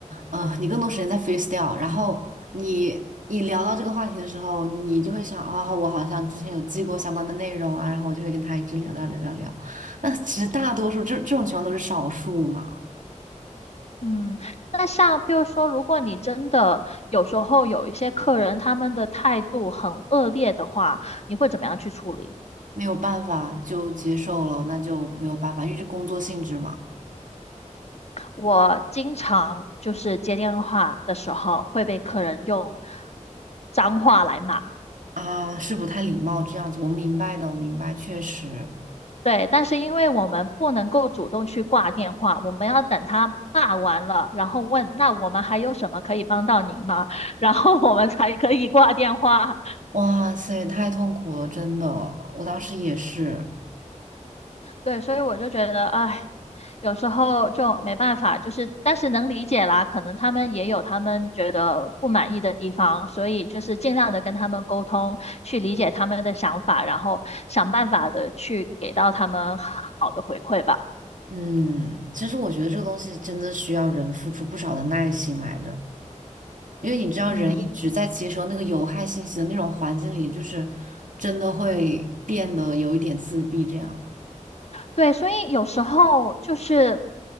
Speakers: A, on the right; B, on the left.
A: 嗯，你更多时间在 f a c e s t y l e 然后你你聊到这个话题的时候，你就会想啊、我好像之前有记过相关的内容啊，然后我就会跟他一直聊聊聊聊聊。那其实大多数这这种情况都是少数嘛，
B: 嗯，那像比如说，如果你真的有时候有一些客人他们的态度很恶劣的话，你会怎么样去处理？
A: 没有办法就接受了，那就没有办法，因为这工作性质嘛，
B: 我经常就是接电话的时候会被客人用脏话来骂，
A: 啊，是不太礼貌这样子。我明白的，我明白，确实，
B: 对，但是因为我们不能够主动去挂电话，我们要等他骂完了，然后问那我们还有什么可以帮到您吗？<laughs> 然后我们才可以挂电话。
A: 哇塞，太痛苦了，真的，我当时也是。
B: 对，所以我就觉得，哎，有时候就没办法，就是但是能理解啦，可能他们也有他们觉得不满意的地方，所以就是尽量的跟他们沟通，去理解他们的想法，然后想办法的去给到他们好的回馈吧。
A: 嗯，其实我觉得这个东西真的需要人付出不少的耐心来着，因为你知道，
B: 嗯。
A: 人一直在接收那个有害信息的那种环境里，就是真的会变得有一点自闭这样。
B: 对，所以有时候就是，